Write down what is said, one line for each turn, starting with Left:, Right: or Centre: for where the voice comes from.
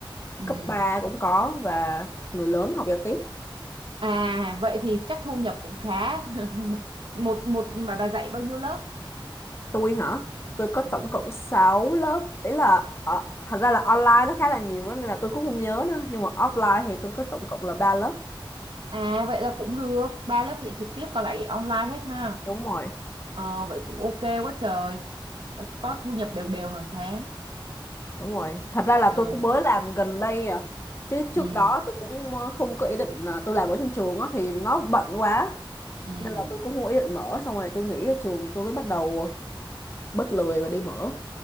Right: ừ.
Left: cấp 3 cũng có và người lớn học giao tiếp
Right: à vậy thì chắc thu nhập cũng khá <laughs> một một mà bà dạy bao nhiêu lớp
Left: tôi hả tôi có
Right: Ừ.
Left: tổng cộng 6 lớp ý là ờ, thành ra là online nó khá là nhiều đó, nên là tôi cũng không nhớ nữa nhưng mà offline thì tôi có tổng cộng là 3 lớp
Right: À vậy là cũng được, ba lớp dạy trực tiếp còn lại online hết ha.
Left: đúng rồi
Right: Ờ, vậy cũng ok quá trời. Đã Có thu nhập đều đều hàng tháng.
Left: đúng rồi thật ra là
Right: Ừ,
Left: tôi cũng mới làm gần đây à chứ
Right: ừ,
Left: trước đó tôi cũng ờ, không có ý định là tôi làm ở trên trường á thì nó bận quá
Right: ừ,
Left: nên là tôi cũng không có ý định mở xong rồi tôi nghỉ ở trường tôi mới bắt đầu bớt lười và đi mở